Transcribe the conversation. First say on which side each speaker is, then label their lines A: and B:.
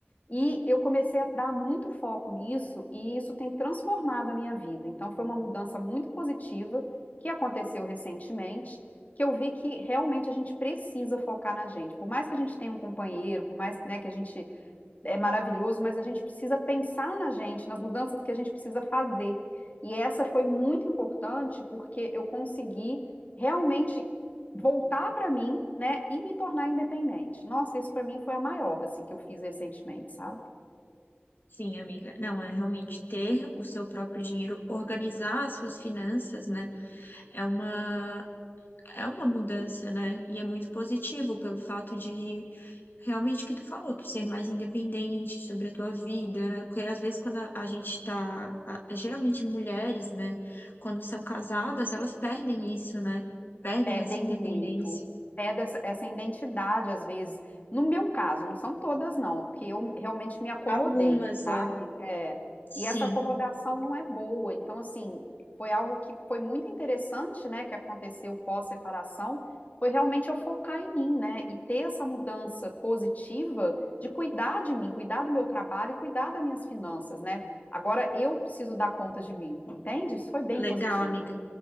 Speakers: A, on the left; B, on the left.
A: E eu comecei a dar muito foco nisso, e isso tem transformado a minha vida. Então, foi uma mudança muito positiva que aconteceu recentemente, que eu vi que realmente a gente precisa focar na gente. Por mais que a gente tenha um companheiro, por mais, né, que a gente é maravilhoso, mas a gente precisa pensar na gente, nas mudanças que a gente precisa fazer. E essa foi muito importante porque eu consegui realmente voltar para mim, né, e me tornar independente. Nossa, isso para mim foi a maior assim que eu fiz recentemente, sabe?
B: sim, amiga. Não, é realmente ter o seu próprio dinheiro, organizar as suas finanças, né? É uma é uma mudança, né? E é muito positivo pelo fato de realmente que tu falou, tu ser mais independente sobre a tua vida, né? Porque às vezes quando a, a gente tá, a- geralmente mulheres, né, quando são casadas, elas perdem isso, né? Perdem
A: Perdem
B: essa independência.
A: muito. Perde essa, essa identidade, às vezes. No meu caso, não são todas, não, porque eu realmente me acomodei,
B: Algumas, é.
A: sabe? É.
B: Sim,
A: E essa acomodação não é boa. Então, assim, foi algo que foi muito interessante, né, que aconteceu pós-separação, foi realmente eu focar em mim, né, e ter essa mudança positiva de cuidar de mim, cuidar do meu trabalho e cuidar das minhas finanças, né? Agora eu preciso dar conta de mim, entende? Isso foi bem
B: legal,
A: positivo.
B: amiga.